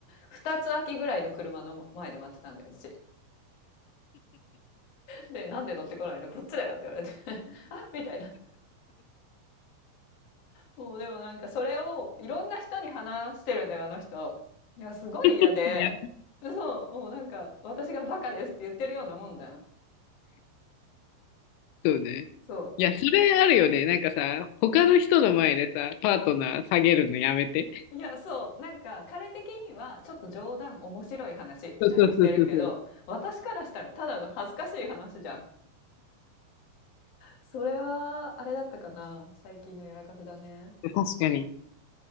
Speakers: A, on the left; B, on the left.
A: 2つ空きぐらいの車の前で待ってたんだよ、私。で、なんで乗ってこないの、こっちだよって言われて、<laughs> あ、みたいな。そう、でもなんかそれをいろんな人に話してるんだよ、あの人。いや、すごい嫌で、
B: いや、
A: そう、もうなんか私がバカですって言ってるようなもんじゃん。
B: そうね。
A: そ
B: いや、それあるよね。なんかさ、他の人の前でさ、パートナー下げるのやめて。
A: う。いや、そう、なんか彼的にはちょっと冗談、面白い話みたいにしてるけど、
B: そうそうそうそうそ
A: 私からしたらただの恥ずかしい話じゃん。それは、あれだったかな。最近のやらかしだね。
B: う。確かに。い